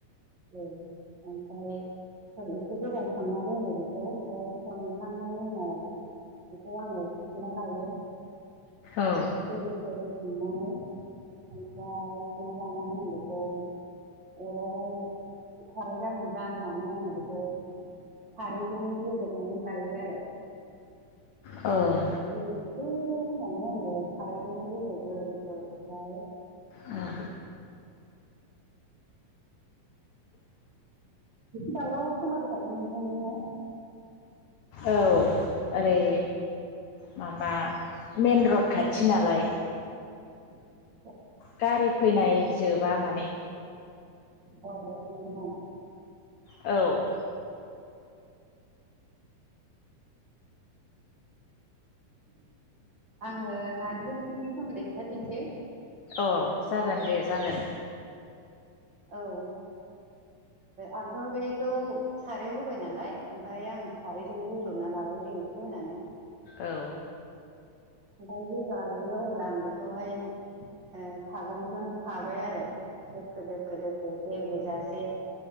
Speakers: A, on the right; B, on the left.
A: औ ओमफ्राय एसे गोबाव सोमना दोनो बेखौ ओमफ्राय सोमखांनायनि उनाव बेखौ आङो थिखोना लायो
B: औ
A: दैनिफ्राय सुनानै ओमफ्राय सुना लानानै आंङो बेखौ अरावहाय साराय जानो जाननानै आंङो बेखौ खारैजों रुदबनानै लायो आरो
B: औ
A: दै एसे होननानै आङो खारैजों रूदबो बेखौ ओमफ्राय
B: औ
A: दावराव खोनाबायथादों नोंथांनिया
B: औ ओरै माबा मेन रड खाथि नालाय।
A: <inaudible>
B: गारि फैनाय जोबा माने
A: औ नंगौ नामा?
B: औ
A: आङो नारजि ओंख्रिनि सोमोन्दै खोनथाफिनसै
B: अ जागोन दे जागोन।
A: औ ओ आंथ' बेखौ सारायाव होबाय नालाय ओमफ्राय आङो खारैजों रुदबना ला बाय दै एसे होनानै
B: औ
A: ओमफ्राय जेब्ला रुयो अब्ला आं बेखौहाय ओ सागंजों साबाय आरो दोखो दोखो दोखो गेब्लेजासे